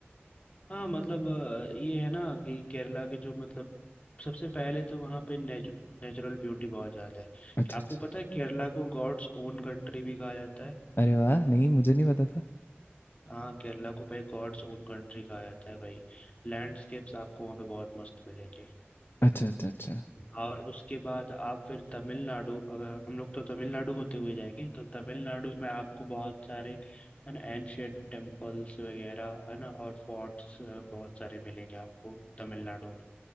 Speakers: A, on the left (about 30°); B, on the left (about 60°).
A: हाँ मतलब अ, ये है ना कि केरला के जो मतलब सबसे पहले तो वहाँ पे नेचु, नेचुरल ब्यूटी बहुत ज़्यादा है
B: अच्छा
A: आपको
B: अच्छा
A: पता है केरला को गॉड्स ओन कंट्री भी कहा जाता है
B: अरे वाह नहीं मुझे नहीं पता था
A: हाँ केरला को भाई गॉड्स ओन कंट्री कहा जाता है भाई लैंडस्केप्स आपको वहाँ पे बहुत मस्त मिलेंगे
B: अच्छा अच्छा अच्छा
A: और उसके बाद आप फिर तमिलनाडु अगर हम लोग तो तमिलनाडु होते हुए जाएंगे तो तमिलनाडु में आपको बहुत सारे है ना एंशियंट टेम्पल्स वगैरह है ना और फोर्ट्स बहुत सारे मिलेंगे आपको तमिलनाडु में